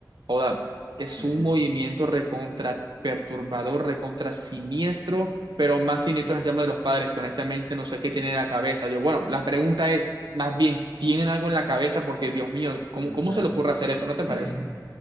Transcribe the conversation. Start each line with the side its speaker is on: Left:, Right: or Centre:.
Right: joda, es
Left: sí,
Right: un movimiento recontra perturbador, recontra siniestro, pero más siniestro es el tema de los padres, que honestamente no sé qué tienen en la cabeza. Yo, bueno, la pregunta es, más bien, ¿tienen algo en la cabeza? Porque, Dios mío, ¿cómo,
Left: exacto.
Right: cómo se le ocurre hacer eso? ¿No te parece?
Left: <clears throat>